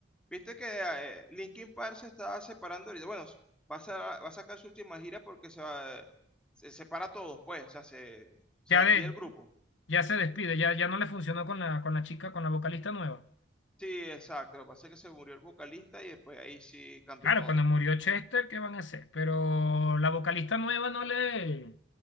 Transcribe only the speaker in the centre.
viste que eh, Linkin Park se está separando ahorita? Bueno, s- va a, sa- va a sacar su última gira porque se va, eh, se separa a todos, pues, o sea, se, se
despide
el grupo.
Sí, exacto. Lo que pasa es que se murió el vocalista y después ahí sí cambió
todo,
pues.